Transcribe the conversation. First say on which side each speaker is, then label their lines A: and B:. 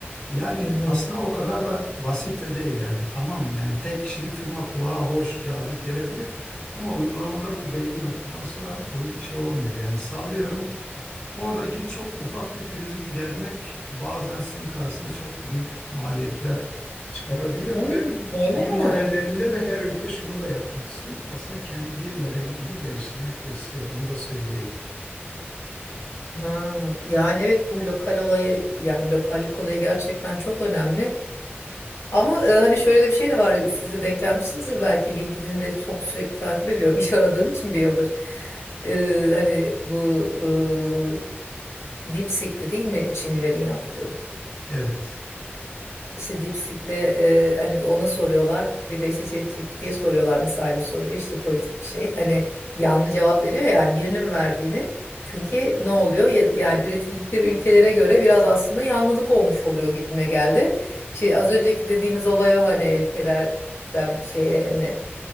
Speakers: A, on the left; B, on the left.
A: Yani
B: Hı hı.
A: aslında o kadar da basit de değil yani. Tamam yani tek kişilik firma kulağa hoş, cazip gelebilir ama uygulamada bu belli bir noktadan sonra uy- şey olmuyor. Yani sallıyorum Oradaki çok ufak bir prizi gidermek bazen sizin karşısına çok büyük maliyetler çıkarabiliyor
B: Hı,
A: ve
B: öyle
A: dil modellerinde
B: mi?
A: de her ülke şunu da yapmak istiyor. Aslında kendi dil modelini geliştirmek de istiyor. Onu da söyleyeyim.
B: Ha, yani evet bu lokal olayı yani lokallik olayı gerçekten çok önemli. Ama e, hani şöyle de bir şey de var. Siz de denk gelmişsinizdir belki. LinkedIn'de çok sürekli takip ediyorum. iş aradığım için bir yıldır. E, hani bu e, DeepSeek'ti değil mi Çinlilerin yaptığı?
A: Evet.
B: İşte DeepSeek'le e, hani bir ona soruyorlar. Bir de işte ChatGPT'ye soruyorlar mesela aynı soruyu. İşte politik bir şey. Hani yanlış cevap veriyor ya, yani birinin verdiğini. Çünkü ne oluyor? Ya- Yani üretildikleri ülkelere göre biraz aslında yanlılık olmuş oluyor gibime geldi. Şey az önceki dediğiniz olay o hani ülkelerden şeye hani